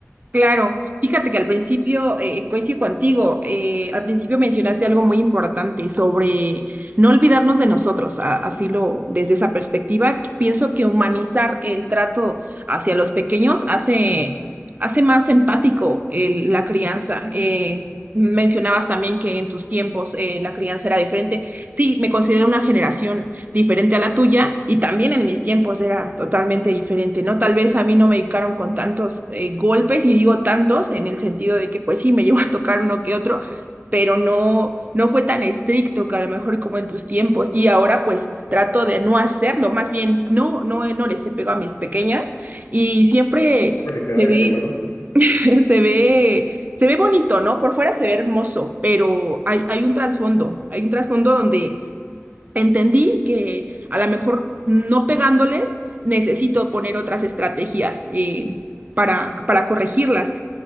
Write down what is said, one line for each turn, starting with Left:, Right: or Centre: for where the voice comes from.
Right: Claro, fíjate que al principio, eh, coincido contigo, eh, al principio mencionaste algo muy importante sobre no olvidarnos de nosotros, a- así lo, desde esa perspectiva, que pienso que humanizar el trato hacia los pequeños hace, hace más empático el- la crianza. Eh, mencionabas también que en tus tiempos eh, la crianza era diferente. Sí, me considero una generación diferente a la tuya y también en mis tiempos era totalmente diferente, ¿no? Tal vez a mí no me dedicaron con tantos eh, golpes y digo tantos en el sentido de que pues sí, me <laughs> llegó a tocar uno que otro, pero no, no fue tan estricto que a lo mejor como en tus tiempos y ahora pues trato de no hacerlo, más bien no, no, no les he pegado a mis pequeñas y siempre
Left: Oh, Felicidades,
Right: se ve,
Left: qué bueno.
Right: <laughs> se ve se ve bonito, ¿no? Por fuera se ve hermoso, pero hay, hay un trasfondo, hay un trasfondo donde entendí que a lo mejor no pegándoles, necesito poner otras estrategias eh, para, para corregirlas.